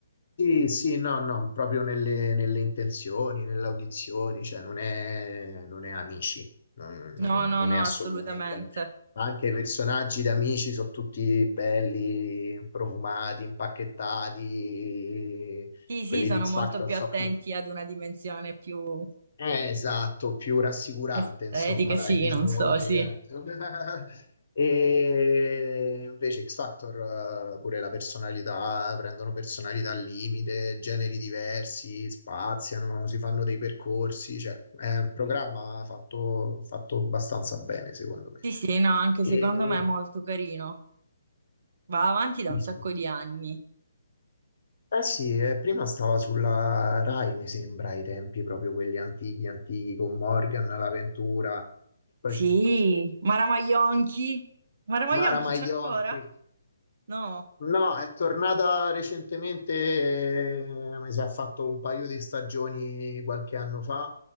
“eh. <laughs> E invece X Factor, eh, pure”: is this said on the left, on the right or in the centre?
Left